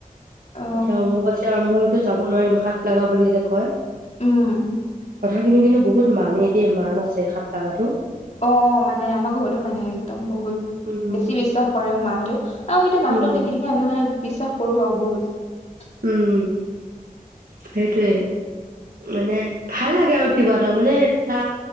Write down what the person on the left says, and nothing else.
অ
উম
অহ মানে আমাৰ ঘৰতো মানে একদম বহুত
বেছি বিশ্বাস কৰে অহ মা'হতেও আৰু এতিয়া মাহতক
দেখি দেখি আমিও মানে বিশ্বাস কৰো আৰু বহুত। <unintelligible>